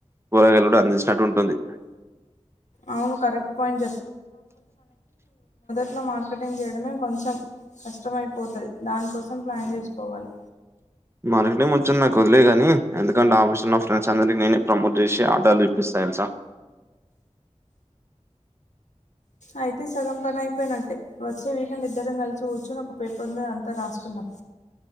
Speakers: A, on the right; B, on the left.
A: కూరగాయలు కూడా అందించినట్టు ఉంటుంది
B: అవును కరెక్ట్ పాయింట్ ఇంట్లో మార్కెటింగ్ చేయడమే కొంచెం కష్టంమైపోతది దానికోసం ప్లాన్ చేసుకోవాలి
A: మా నిగిటిని ముంచే నాకు వదిలేగానీ ఎందుకంటే ఆల్మోస్ట్ నా ఫ్రెండ్స్ అందరికి నేనే ప్రమోట్ చేసి ఆడర్లు ఇప్పిస్తా ఎలుసా
B: అయితే సగం పని అయిపోయినట్టే వచ్చే వీకెండ్ ఇద్దరం కలిసి కూర్చొని ఒక పేపర్ మీద అంతా రాసుకుందాం